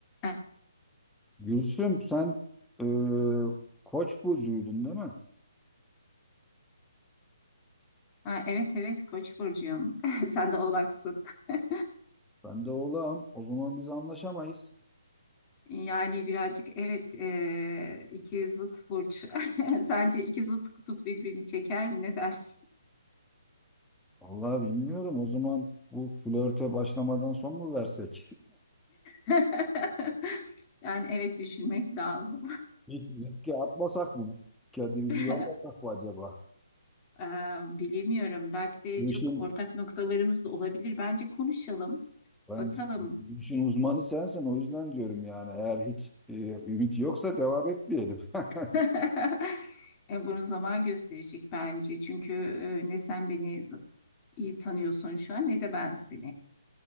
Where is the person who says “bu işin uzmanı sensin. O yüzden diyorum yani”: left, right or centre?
Centre